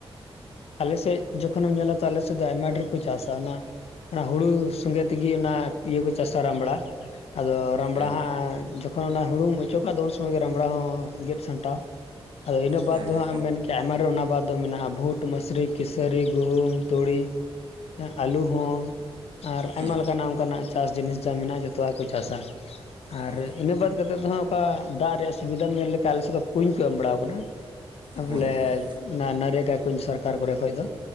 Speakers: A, on the left (about 80°); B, on the right (about 50°).
A: ᱟᱞᱮᱥᱮᱫ ᱡᱚᱠᱷᱚᱱᱮᱢ ᱧᱮᱞᱟ ᱛᱚ ᱟᱞᱮᱥᱮᱫ ᱫᱚ ᱟᱭᱢᱟ ᱰᱷᱮᱨ ᱠᱚ ᱪᱟᱥᱟ ᱚᱱᱟ᱾ ᱚᱱᱟ ᱦᱩᱲᱩ ᱥᱚᱸᱜᱮ ᱛᱮᱜᱤ ᱚᱱᱟ ᱤᱭᱟᱹ ᱠᱚ ᱪᱟᱥᱟ ᱨᱟᱢᱲᱟ᱾ ᱟᱫᱚ ᱨᱟᱢᱲᱟ
B: ᱦᱮᱸ
A: ᱦᱟᱸᱜ ᱡᱚ <unintelligible> ᱠᱷᱚᱱ ᱚᱱᱟ ᱦᱩᱲᱩᱢ ᱚᱪᱚᱜᱟ ᱫᱚ ᱩᱱ ᱥᱚᱢᱚᱭ ᱜᱮ ᱨᱟᱢᱲᱟ ᱦᱚᱸ ᱜᱮᱫ ᱥᱟᱢᱴᱟᱣ ᱟᱫᱚ ᱤᱱᱟᱹ ᱵᱟᱫ
B: ᱦᱮᱸ
A: ᱫᱚ
B: ᱦᱮᱸ
A: ᱦᱟᱸᱜ ᱮᱢ ᱢᱮᱱ ᱠᱮᱜ-ᱟ ᱟᱭᱢ <unintelligible> ᱚᱱᱟ ᱵᱟᱫ ᱫᱚ ᱢᱮᱱᱟᱜᱼᱟ ᱵᱷᱩᱴ ᱢᱟᱹᱥᱨᱤ ᱠᱤᱥᱟᱹᱨᱤ᱾ ᱜᱩᱦᱩᱢ ᱛᱩᱲᱤ ᱟᱹᱞᱩ ᱦᱚᱸ ᱟᱨ
B: ᱦᱮᱸ
A: ᱟᱭᱢᱟ ᱞᱮᱠᱟᱱᱟᱜ ᱚᱱᱠᱟᱱᱟᱜ ᱪᱟᱥ ᱡᱤᱱᱤᱥ ᱡᱟ ᱢᱮᱱᱟᱜᱼᱟ ᱡᱚᱛᱚᱣᱟᱜ ᱠᱚ ᱪᱟᱥᱟ ᱟᱨ
B: ᱦᱮᱸ
A: ᱤᱱᱟᱹ ᱵᱟᱫ <unintelligible> ᱠᱟᱛᱮᱫ ᱫᱚ ᱦᱟᱸᱜ ᱚᱠᱟ ᱫᱟᱜ ᱨᱮᱭᱟᱜ ᱥᱩᱵᱤᱫᱷᱟ ᱧᱮᱞ ᱞᱮᱠᱷᱟᱱ ᱟᱞᱮ ᱥᱮᱫ ᱫᱚ ᱠᱩᱧ ᱠᱚ ᱮᱢ ᱵᱟᱲᱟᱣ ᱠᱟᱱᱟ
B: ᱠᱩᱧ
A: ᱵᱚᱞᱮ
B: ᱦᱚᱸ
A: ᱚᱱᱟ ᱱᱟᱲᱮᱠᱟ ᱠᱩᱧ ᱥᱚᱨᱠᱟᱨ ᱠᱚᱨᱮ ᱠᱷᱚᱡ ᱫᱚ